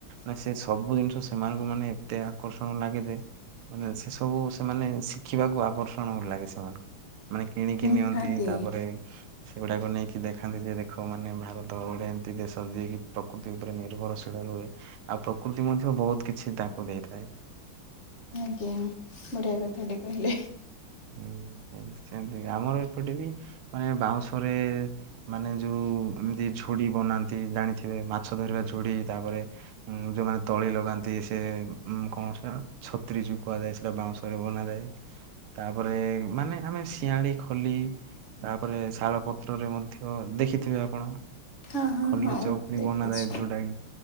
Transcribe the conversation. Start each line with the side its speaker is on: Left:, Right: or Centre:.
Right: ନା ସେ ସବୁ ଜିନିଷ ସେମାନଙ୍କୁ ମାନେ ଏତେ ଆକର୍ଷଣ ଲାଗେ ଯେ ମାନେ ସେ ସବୁ ସେମାନେ ଶିଖିବାକୁ ଆକର୍ଷଣ ଲାଗେ ସେମାନେଙ୍କୁ। ମାନେ କିଣିକି
Left: ନିହାତି
Right: ନିଅନ୍ତି ତାପରେ ସେଗୁଡାକୁ ନେଇକି ଦେଖାନ୍ତି ଯେ ଦେଖ ଲୋକମାନେ ଭାରତ ଗୋଟେ ଏମିତି ଦେଶ ଯିଏକି ପ୍ରକୃତି ଉପରେ ନିର୍ଭରଶୀଳ ରୁହେ। ଆଉ ପ୍ରକୃତି ମଧ୍ୟ ବହୁତ କିଛି ତାଙ୍କୁ ଦେଇଥାଏ।
Left: ଆଜ୍ଞା ବଢ଼ିଆ କଥା ଟେ କହିଲେ।
Right: ହୁଁ ସେମିତି ସେମିତି ଆମର ଏପଟେ ବି ମାନେ ବାଉଁଶରେ ମାନେ ଯୋଉ ଏମିତି ଝୁଡି ବନାନ୍ତି ଜାଣିଥିବେ ମାଛ ଧରିବା ଝୁଡି ତାପରେ ଉ ଯୋଉମାନେ ତଳି ଲଗାନ୍ତି ସେ ଉ କଣସେଟା ଛତ୍ରୀ ଯୋଉ କୁହାଯାଏ ସେଟା ବାଉଁଶ ବନାଯାଏ ତାପରେ ମାନେ ଆମେ ଶିଆଁଳି ଖଲି ତାପରେ ଶାଳପତ୍ରରେ ମଧ୍ୟ ଦେଖିଥିବେ ଆପଣ।
Left: ହଁ ହଁ
Right: ଖଲି
Left: ହଁ
Right: ଚୌପନି
Left: ଦେଖିଛି
Right: ବନାଯାଏ ଯୋଉଟାକି